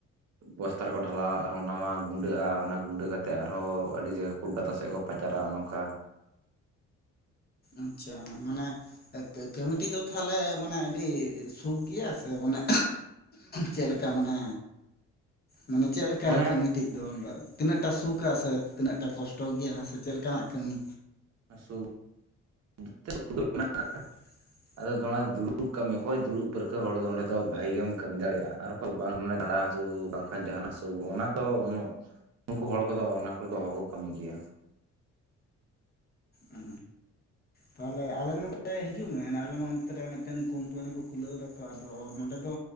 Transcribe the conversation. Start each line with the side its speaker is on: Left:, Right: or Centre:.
Right: ᱵᱚᱥ ᱛᱟ ᱨᱮᱠᱚ ᱰᱷᱟᱞᱟᱣᱟ ᱟᱨᱦᱚᱸ ᱚᱱᱟ ᱜᱩᱸᱰᱟᱹᱜᱼᱟ ᱚᱱᱟ ᱜᱩᱸᱰᱟᱹ ᱠᱟᱛᱮᱫ ᱟᱨᱦᱚᱸ ᱟᱹᱰᱤ ᱡᱟᱭᱜᱟ ᱠᱳᱞᱠᱟᱛᱟ ᱥᱮᱫ ᱠᱚ ᱯᱟᱪᱟᱨᱟ ᱚᱱᱚᱝᱠᱟ᱾
Left: ᱟᱪᱪᱷᱟ ᱦᱟᱸᱜ ᱢᱟᱱᱮ ᱠᱟ-ᱠᱟᱹᱢᱤᱴᱤ ᱫᱚ ᱛᱟᱦᱞᱮ ᱢᱟᱱᱮ ᱟᱹᱰᱤ ᱥᱩᱠ ᱜᱮᱭᱟ ᱥᱮ ᱢᱟᱱᱮ ᱪᱮᱫ ᱞᱮᱠᱟ ᱢᱟᱱᱮ ᱢᱟᱱᱮ ᱪᱮᱫ ᱞᱮᱠ ᱠᱟ
Right: ᱢᱟᱱᱮ
Left: ᱠᱟᱹᱢᱤᱴᱤᱡ ᱫᱚ ᱛᱤᱱᱟᱹᱜ ᱴᱟ ᱥᱩᱠᱟ ᱥᱮ ᱛᱤᱱᱟᱹᱜ ᱴᱟ ᱠᱚᱥᱴᱚ ᱜᱮᱭᱟ ᱥᱮ ᱪᱮᱫ ᱞᱮᱠᱟᱱᱟᱜ ᱠᱟᱹᱢᱤ?
Right: ᱟᱥᱩ᱾ <unintelligible>
Left: <inaudible>
Right: ᱟᱫᱚ ᱫᱚ ᱚᱱᱟ ᱫᱚ ᱫᱩᱲᱩᱵ ᱠᱟᱹᱢᱤ᱾ ᱚᱠᱚᱭ ᱫᱩᱲᱩᱵ ᱯᱟᱹᱨᱠᱟᱹᱣ ᱦᱚᱲ ᱫᱚ ᱚᱸᱰᱮ ᱫᱚ ᱵᱷᱟᱜᱮ ᱜᱮᱢ ᱠᱟᱹᱢᱤ ᱫᱟᱲᱮᱭᱟᱜᱼᱟ ᱟᱨ ᱵᱟᱝ ᱢᱟᱱᱮ ᱰᱟᱸᱰᱟ ᱦᱟᱹᱥᱩ ᱵᱟᱝᱠᱷᱟᱡ ᱡᱟᱦᱟᱱ ᱦᱟᱹᱥᱩ ᱚᱱᱟ ᱠᱚ ᱩᱱᱟᱹᱜ ᱩᱱᱠᱩ ᱦᱚᱲ ᱠᱚᱫᱚ ᱚᱱᱟ ᱠᱚᱨᱮ ᱫᱚ ᱵᱟᱠᱚ ᱠᱟᱹᱢᱤ ᱠᱮᱭᱟ᱾
Left: ᱚ᱾ ᱛᱟᱦᱚᱞᱮ ᱟᱞᱮ ᱱᱚᱰᱮ ᱦᱤᱡᱩᱜ ᱢᱮ ᱚᱱᱮ ᱟᱞᱮ ᱱᱚᱱᱛᱮ ᱨᱮ ᱢᱤᱫᱴᱮᱱ ᱠᱳᱢᱯᱟᱱᱤ ᱠᱚ ᱠᱷᱩᱞᱟᱹᱣ ᱫᱟ ᱛᱚ ᱟᱫᱚ ᱱᱚᱸᱰᱮ ᱫᱚ